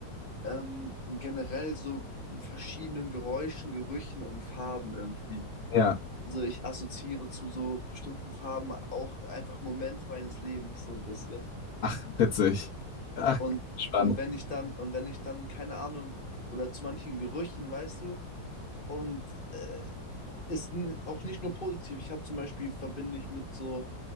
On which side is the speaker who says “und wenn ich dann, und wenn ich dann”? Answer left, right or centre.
Left